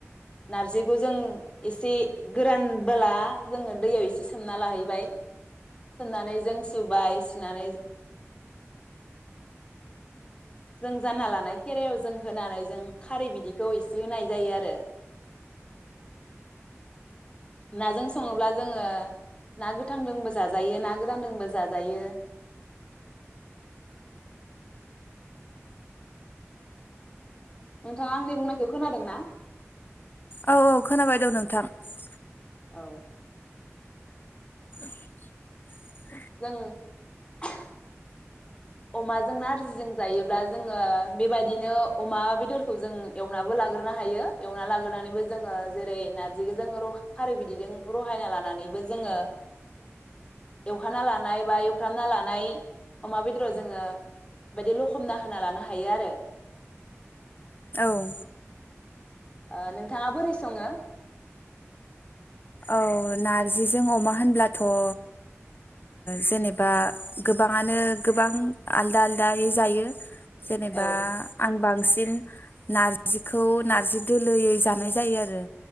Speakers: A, on the left (about 20°); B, on the left (about 45°).
A: नारजिखौ जों एसे गोरानबोला जोङो दैयाव एसे सोमना लाहैबाय सोमनानै जों सुबाय सुनानै जों जान्ना लानाय खेरायाव जों होनानै जों खारै बिदिखौ इसे होनाय जायो आरो नाजों सङोब्ला जोङो ना गोथांदोंबो जाजायो ना गोरानदोंबो जाजायो नोंथाङा आंनि बुंनायखौ खोनादों ना?
B: औ औ खोनाबाय दं नोंथां ।
A: औ
B: <inaudible>
A: जों <unintelligible> अमाजों नारजिजों जायोब्ला जोङो बेबायदिनो अमा बेदरखौ जों एवनाबो लाग्रोनो हायो एवना लाग्रोनानैबो जोङो जेरै नारजिखौ र खारै बिदैजों रहायना लानानैबो जोङो एवखाना लानाय बा एवफ्रामना लानाय अमा बेदराव जोङो बेदि लखमना होना लानो हायो आरो ।
B: औ ।
A: ओ नोंथाङा बोरै सङो?
B: औ नारजिजों अमा होनब्लाथ' ओ जेनेबा गोबाङानो गोबां आलदा आलदायै जायो । जेनेबा
A: औ
B: आं बांसिन नारजिखौ नारजि दोलोयै जानाय जायो आरो